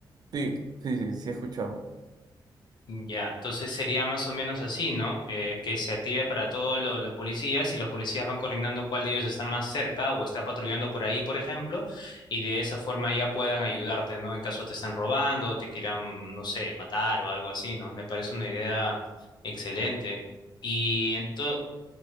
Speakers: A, on the right (about 55°); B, on the left (about 65°).
A: Sí, sí, sí, sí he escuchado.
B: Ya, entonces sería más o menos así, ¿no? Eh, que se active para todos lo- los policías y los policías van coordinando cuál de ellos está más cerca o está patrullando por ahí, por ejemplo, y de esa forma ya puedan ayudarte, ¿no? En caso te están robando o te quieran, no sé, matar o algo así, ¿no? Me parece una idea excelente. Y entonces,